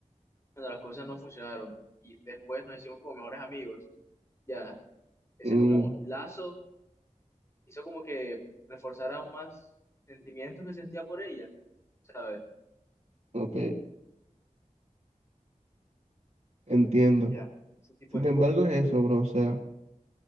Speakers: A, on the left; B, on the right.
A: cuando las cosas no funcionaron y después nos hicimos como mejores amigos. Ya, ese
B: Mm,
A: como lazo hizo como que reforzara aún más sentimientos que sentía por ella, ¿sabes?
B: ok, entiendo.
A: Ya, ese tipo
B: Sin
A: de
B: embargo,
A: cosas.
B: es eso, bro. O sea,